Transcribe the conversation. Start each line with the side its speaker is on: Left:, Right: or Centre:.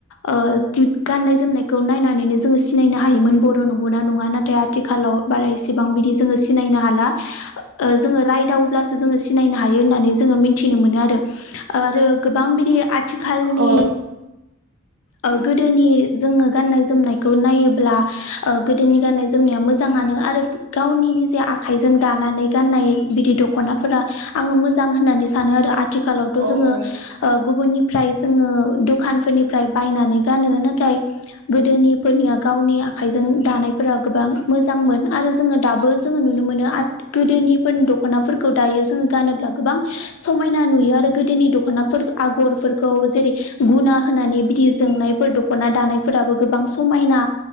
Left: ओ दि गाननाय जोमनायखौ नायनानैनो जोङो सिनायनो हायोन बर' नंगौ ना नङा नाथाय आथिखालाव बारा इसेबां बिदि जोङो सिनायनो हाला जोङो ओ रायदावोब्लासो जोङो सिनायनो हायो होननानै जोङो मिन्थिनो मोनो आरो आरो गोबां बिदि आथिखालनि
Right: औ <inaudible>
Left: ओ गोदोनि जोङो गाननाय जोमनायखौ नायोब्ला ओ गोदोनि गाननाय जोमनाया मोजाङानो नो आरो गावनि निजा आखाइजों दानानै गाननाय बिदि दख'नाफोरा आङो मोजां होननानै सानो आरो आ थिखालावथ'
Right: औ
Left: जोङो ओ गुबुननि फ्राय जोङो दखानफोरनिफ्राय बायनानै गानो नाथाय गोदोनिफोरनिया गावनि आखाइजों दानायफोरा गोबां मोजांमोन आरो जोङो दाबो जोङो नुनो मोनो आथ गोदोनिफोरनि दख'नाफोरखौ दायो जोङो गानोब्ला गोबां सम मायना नुयो आरो गोदोनि दख'नाफोर आगरफोरखौ जेरै गुना होनानै बिदि जोंनायफोर द' दख'ना दानायफोराबो गोबां समायना